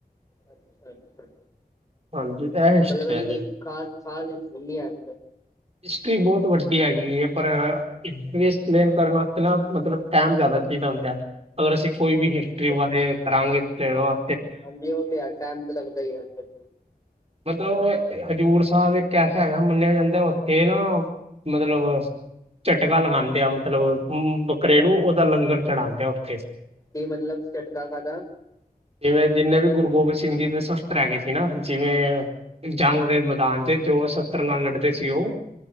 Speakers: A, on the left; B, on the right.
A: ਅੱਛਾ ਅੱਛਾ
B: ਹਾਂਜੀ ਇਹ ਹਿਸਟਰੀ
A: ਮਤਲਬ ਇਹਦੀ
B: ਹੈਗੀ
A: ਕੋਈ ਖਾ ਖਾਸ ਨ ਹੈਬ
B: ਹਿਸਟਰੀ ਬਹੁਤ ਵੱਡੀ ਹੈਗੀ ਹੈ ਪਰ ਐਕਸਪਲੇਨ ਕਰਨ ਵਾਸਤੇ ਨਾ ਮਤਲਬ ਟਾਈਮ ਜ਼ਿਆਦਾ ਚਾਹੀਦਾ ਹੁੰਦਾ ਅਗਰ ਅਸੀਂ ਕੋਈ ਵੀ ਹਿਸਟਰੀ
A: ਅੱਛਾ ਅੱਛਾ
B: ਵਾ ਇਹ ਕਰਾਂਗੇ ਤੇ ਉਹ
A: ਹਾਂਜੀ ਉਹ ਤੇ ਹੈ ਟਾਈਮ ਲਗਦਾ ਹੀ ਅੱਜ ਕੱਲ੍ਹ
B: ਮਤਲਬ ਹਜ਼ੂਰ ਸਾਹਿਬ ਇੱਕ ਐਸਾ ਹੈਗਾ ਮੰਨਿਆ ਜਾਂਦਾ ਉੱਥੇ ਨਾ, ਮਤਲਬ ਝਟਕਾ ਲਗਾਉਂਦੇ ਆ ਮਤਲਬ ਬੱਕਰੇ ਨੂੰ ਉਹਦਾ ਲੰਗਰ ਚੜਾਉਂਦੇ ਆ ਉੱਥੇ
A: ਕੀ ਮਤਲਬ ਝਟਕਾ ਕਾਹਦਾ
B: ਜਿਵੇਂ ਜਿੰਨੇ ਵੀ ਗੁਰੂ ਗੋਬਿੰਦ ਸਿੰਘ ਜੀ ਦੇ ਸਸਤਰ ਹੈ ਗਏ ਸੀ ਨਾ, ਜਿਵੇਂ
A: ਹਾਂਜੀ
B: ਜੰਗ ਦੇ ਮੈਦਾਨ ਤੇ ਜੋ ਸਸਤਰ ਨਾਲ ਲੜਦੇ ਸੀ ਉਹ,